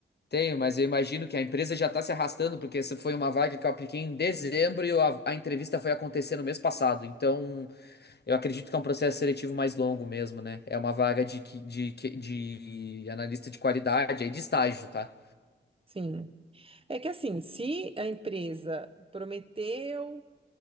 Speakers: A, on the left; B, on the right.
A: tenho, mas eu imagino que a empresa já tá se arrastando, porque essa foi uma vaga que eu apliquei em dezembro e eu- a, a entrevista foi acontecer no mês passado. Então eu acredito que é um processo seletivo mais longo mesmo, né? É uma vaga de, que- de, que- de analista de qualidade, aí de estágio, tá?
B: Sim. É que assim, se a empresa prometeu